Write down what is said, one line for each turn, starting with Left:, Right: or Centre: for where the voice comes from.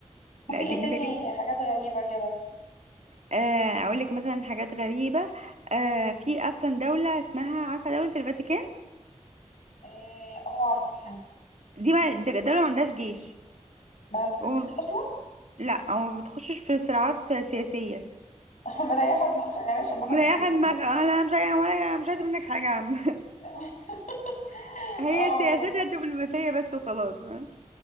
Right: لا
Left: في ايه
Right: دي جديدة
Left: تاني
Right: جدا
Left: حاجات غريبة كده
Right: آه اقول لك مثلا حاجات غريبة آه في اصلا دولة اسمها عارفة دولة الفاتيكان
Left: اه آه، عارفاها
Right: دي ما د- دولة ما عندهاش جيش
Left: ما عندنا
Right: وما
Left: جيش
Right: بت-
Left: اصلا
Right: لا وما بتخشش في صراعات سياسية
Left: <laughs> مريحة دماغها يعني عشان ما حدش
Right: مريحة
Left: يضربها
Right: دماغها انا مش عايزة ولا مش عايزة منك حاجة يا عم
Left: <laughs>
Right: <laughs> هي
Left: اه
Right: سياستها
Left: والله
Right: الدبلوماسية بس وخلاص فاهم